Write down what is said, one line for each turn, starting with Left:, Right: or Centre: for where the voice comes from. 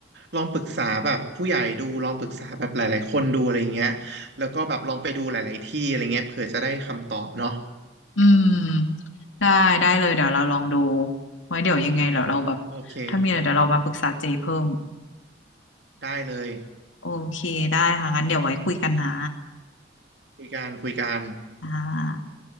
Right: ลองปรึกษาแบบผู้ใหญ่ดูลองปรึกษาแบบหลายๆคนดูอะไรเงี้ยแล้วก็แบบลองไปดูหลายๆที่อะไรเงี้ยเผื่อจะได้คำตอบเนาะ
Left: อืมได้ได้เลยเดี๋ยวเราลองดูไว้เดี๋ยวยังไงเดี๋ยวเราแบบ
Right: โอเค
Left: ถ้ามีอะไรเดี๋ยวเรามาปรึกษาเจเพิ่ม
Right: ได้เลย
Left: โอเคได้ค่ะงั้นเดี๋ยวไว้คุยกันนะ
Right: คุยกันคุยกัน
Left: อ่า